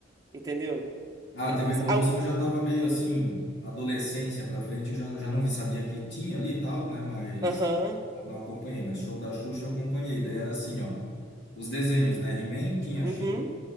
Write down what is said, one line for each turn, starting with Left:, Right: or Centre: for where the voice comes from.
Right: entendeu?
Left: Ah,
Right: Peguei.
Left: a TV Colosso
Right: Au,
Left: eu já tava meio assim, adolescência pra frente, já, já não vi, sabia que tinha ali e tal, né? Mas
Right: Aham.
Left: Não acompanhei, mas show da Xuxa eu acompanhei. Daí era assim, ó. Os desenhos, né? He-Man, tinha
Right: uhum.
Left: She-Ra,